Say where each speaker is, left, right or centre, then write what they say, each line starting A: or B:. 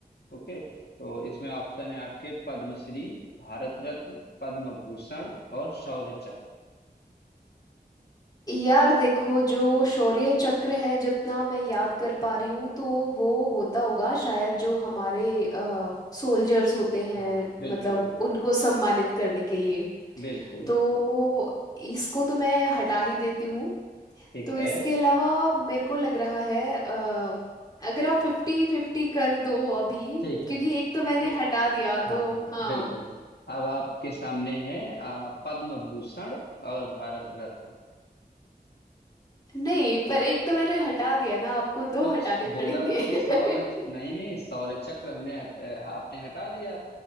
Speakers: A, on the left; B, on the left.
A: Okay तो इसमें ऑप्शन है आपके पद्मश्री भारत रत्न पद्म भूषण और शौर्य चक्र
B: यार देखो जो शौर्य चक्र है जितना मैं याद कर पा रही हूँ तो वो होता होगा शायद जो हमारे सोल्जर्स होते हैं
A: हाँ बिल्कुल
B: मतलब
A: बिल्कुल
B: उनको सम्मानित करने के लिए
A: बिल्कुल
B: तो इसको तो मैं हटा ही देती हूँ
A: ठीक
B: तो
A: है
B: इसके अलावा मेरे को लग रहा है अ, अगर आप फिफ्टी फिफ्टी कर दो अभी
A: ठीक
B: क्योंकि
A: है
B: एक तो मैंने
A: तो
B: हटा दिया तो
A: हाँ
B: हाँ
A: बिल्कुल अब आपके सामने है आ, पद्म भूषण और भारत रत्न
B: नहीं पर एक तो मैंने हटा दिया ना आपको दो
A: तो
B: हटाने
A: स- बोला
B: पड़ेंगे
A: तो सौर नहीं
B: <laughs>
A: नहीं सौर चक्र हमने हट, अ, आपने हटा दिया